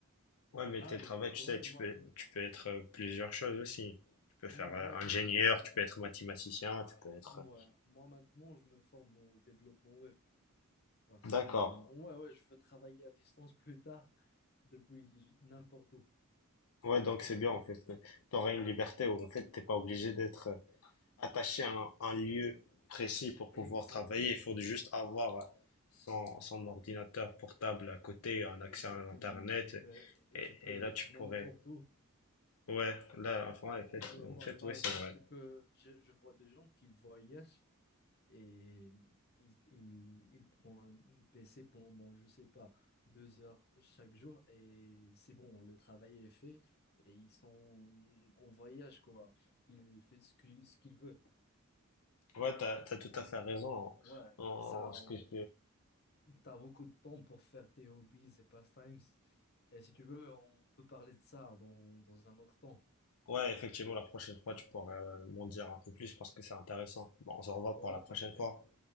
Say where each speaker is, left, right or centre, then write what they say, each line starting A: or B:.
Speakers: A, on the left (about 80°); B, on the left (about 45°).
A: Ouais, mais
B: Ah,
A: tes travail,
B: le, le
A: tu
B: domaine,
A: sais, tu
B: moi,
A: peux, tu peux être euh, plusieurs choses aussi. Tu peux faire
B: non, moi,
A: euh, ingénieur,
B: moi, je me forme,
A: tu peux être mathématicien, tu peux être...
B: moi, moi maintenant, je me forme au développement web parce
A: D'accord.
B: que, ouais, ouais, je veux travailler à distance plus tard depuis n'importe où,
A: Ouais,
B: c'est
A: donc
B: ce que
A: c'est
B: je veux
A: bien
B: dire.
A: en fait. Tu auras une liberté où en fait t'es pas obligé d'être euh, attaché à un, un lieu précis pour
B: Exactement.
A: pouvoir travailler. Il faut juste avoir euh, son, son ordinateur portable à côté, un accès
B: Exactement,
A: à l'internet
B: et tu peux, et
A: et,
B: tu peux
A: et là
B: être
A: tu
B: n'importe
A: pourrais.
B: où.
A: Ouais, là enfin ouais, en fait,
B: Tu peux, moi,
A: en fait
B: par
A: ouais c'est
B: exemple,
A: vrai.
B: tu peux, je, je vois des gens qui voyagent et ils, ils, ils prennent un PC pendant, je sais pas, deux heures chaque jour et c'est bon, le travail est fait et ils sont en voyage, quoi. Il fait ce qu'il ce qu'il veut.
A: Ouais, t'as t'as tout à fait raison en,
B: Ouais,
A: en
B: ça,
A: en ce
B: on,
A: que je
B: t'as beaucoup de temps pour faire tes hobbies et pastimes. Et si tu veux, on peut parler de ça dans, dans un autre temps.
A: Ouais, effectivement la prochaine fois tu pourrais euh, m'en dire un peu plus parce que c'est intéressant. Bon, on se revoit
B: Ouais,
A: pour la prochaine
B: parfait.
A: fois.